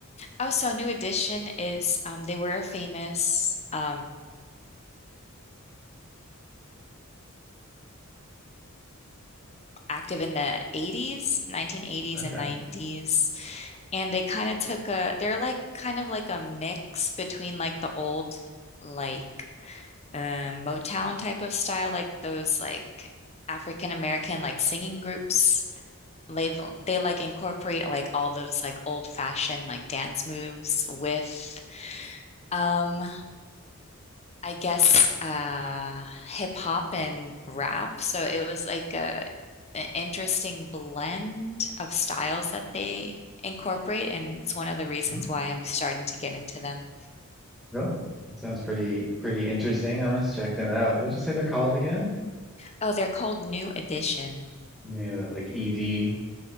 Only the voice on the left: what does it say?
oh, so New Edition is, um, they were famous. Um, active in the 80s, 1980s
and 90s. And they kind of took a, they're like kind of like a mix between like the old, like um, Motown type of style, like those like African American like singing groups. They they like incorporate like all those like old fashioned like dance moves with um I guess uh hip hop and rap. So it was like a an interesting blend of styles that they incorporate, and it's one of the reasons
why I'm starting to get into them.
Oh, they're called New Edition.